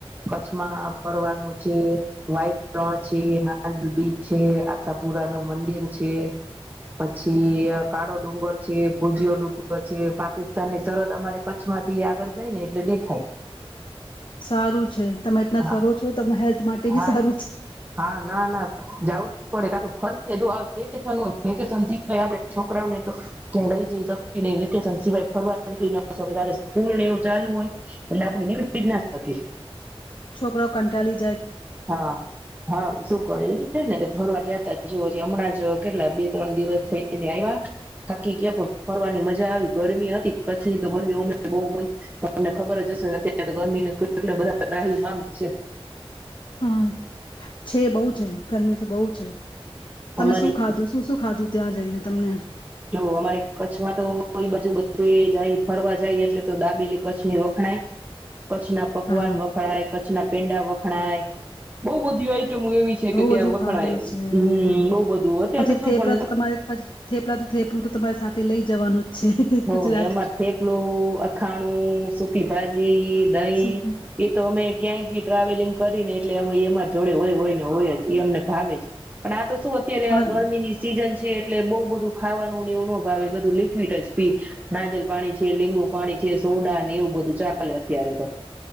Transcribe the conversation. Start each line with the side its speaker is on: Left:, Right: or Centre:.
Right: કચ્છમાં ફરવાનું છે વાહિત રણ છે માંદવી બીચ છે આશાપુરા નું મંદિર છે પછી કાળો ડુંગર છે પૂજીયો ડુંગર છે પાકિસ્તાન ની સરહદ અમારે કચ્છમાંથી આગળ જાય ને એટલે દેખાય
Left: સારું છે તમે એ રીતના
Right: હા
Left: ફરો છો ત હેલ્થ માટે
Right: હા
Left: બી સારું છે.
Right: હા ના ના જવું પડે કા તો ફરી લીધું હવે વેકેશન હોય વેકેશન જલદીપભાઈ આપણે છોકરાઓને તો લઈ જઈ શકતી નહીં વેકેશન સિવાય ફરવા જવાનું સ્કૂલ ને એવું ચાલુ હોય એટલે આપણે નીકળી જ ના શકીએ.
Left: છોકરો કંટાલી
Right: હા હા શું કરું <unintelligible> ફરવા ગ્યાતા જોવો હજી હમણાં જ કેટલા બે ત્રણ દિવસ થઈને આવ્યા થાકી ગયા પણ ફરવાની મજા આવી ગરમી હતી કચ્છની તો ગરમી ઓમે બહુ હોય તમને ખબર જ હશે અત્યારે તો ગરમીના કેટલા બધાં <inaudible>
Left: હા છે બહુ છે ગરમી તો બહુ છે. તમે
Right: અમારી
Left: શું ખાધું શું શું ખાધ ધું ત્યાં જઈને તમને
Right: જો અમારે કચ્છમાં તો ઈ બાજુ બધે જાઈ ફરવા જાઈ એટલે તો દાબેલી કચ્છની વખણાય કચ્છના પકવાન
Left: હા
Right: વખણાય કચ્છના પેંડા વખ ખણાય બહુ બધી આઈ ટમુ એવી છે
Left: બહુ
Right: કે ત્યાં
Left: બધું
Right: વખણાય
Left: ખાધું છે
Right: હમ
Left: હા.
Right: બહુ બધું અત્યારે
Left: પછી
Right: તો શું
Left: થેપલા
Right: પન
Left: તો તમારે પછી થેપલા તો થેપલું તો તમારી સાથે લઈ જવાનું. જ છે
Right: હો
Left: ગુજરાતી
Right: એ અમાર થેપલું, અથાણું, સુકી ભાજ જી દહીં
Left: શું
Right: એ તો અમે ક્યાંય ટ્રાવેલિંગ કરીને એટલે અમે અમારા જોડે હોય હોય ને હોય જ એ અમને ભાવે જ અને આ તો શું શું અત્યારે
Left: હા
Right: આ ગરમીની સીજન છે. છે એટલે બઉ બધું ખાવાનું ને એવું નો ભાવે બધું લિક્વિટ જ થી નાગલ પાણી છે, લીંબુ પાણી છે, સોડાને એવું બધું ચાલે અત્યારે તો